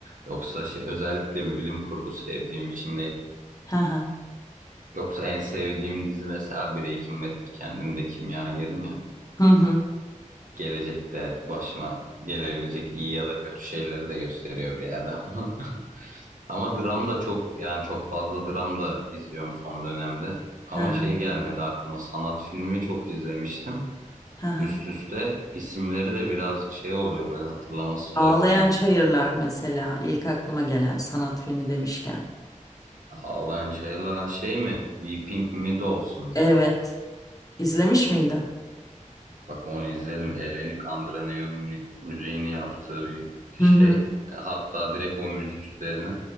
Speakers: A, on the right; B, on the left.
A: Yoksa şey özellikle bilim kurgu sevdiğim için değil.
B: Ha ha.
A: Yoksa en sevdiğim dizi mesela Breaking Bad'tir. Kendim de kimyagerim ya.
B: Hı hı.
A: Gelecekte başıma gelebilecek iyi ya da kötü şeyleri de gösteriyor bir yerde ama. <laughs> Ama dram da çok yani çok fazla dram da izliyorum son dönemde. Ama
B: Ha
A: şey
B: ha.
A: gelmedi aklıma sanat filmi çok izlemiştim.
B: Ha ha.
A: Üst üste isimleri de birazcık şey oluyor böyle hatırlaması zor
B: Ağlayan
A: filmler
B: Çayırlar
A: oluyor.
B: mesela ilk aklıma gelen sanat filmi demişken.
A: Ağlayan Çayırlar ha, şey mi? Weeping Meadows mu?
B: Evet. İzlemiş miydin?
A: Bak onu izledim. Eleni Kandıranıyor'un mü- müziğini yaptığı bir şey.
B: Hı hı.
A: E, Hatta direkt o müzik üzerine